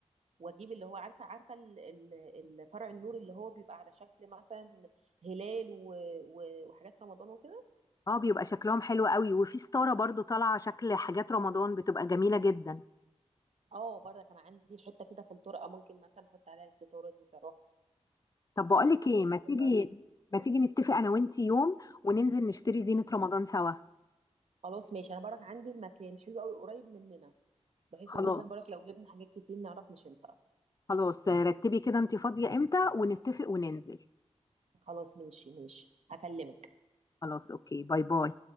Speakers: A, on the right; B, on the left.
A: واجيب اللي هو عارفة عارفة ال... ال... ال- فرع النور اللي هو بيبقى على شكل مثلا هلال و... و... وحاجات رمضان وكده
B: اه بيبقى شكلهم حلو قوي وفي ستارة برضو طالعة شكل حاجات رمضان بتبقى جميلة جدا
A: اه برضه كان عندي حتة كده في الطرقة ممكن مثلا احط عليها الستارة دي صراحة
B: طب بقولك ايه
A: طيب،
B: ما تيجي
A: حلو أوي.
B: ما تيجي نتفق انا وانتي يوم وننزل نشتري زينة رمضان سوا
A: خلاص ماشي انا برك عندي المكان حلو قوي قريب مننا بحيث
B: خلاص
A: ان احنا برك لو جبنا حاجات كتير نعرف نشيلها
B: خلاص رتبي كده انتي فاضية امتى ونتفق وننزل
A: خلاص ماشي ماشي هكلمك
B: خلاص اوكي باي باي